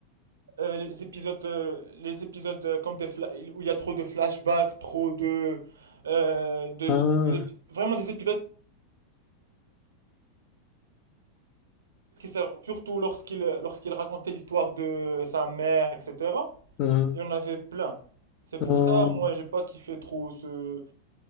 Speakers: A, on the right; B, on the left.
A: Euh, les épisodes, euh, les épisodes euh, comme des fla- où il y a trop de flashbacks, trop de, euh, de-
B: Ah,
A: des épi- vraiment des épisodes qui servent surtout lorsqu'il lorsqu'il racontait l'histoire de sa mère, etc.
B: ah,
A: Il y en avait plein. C'est pour
B: ah.
A: ça, moi, j'ai pas kiffé trop ce.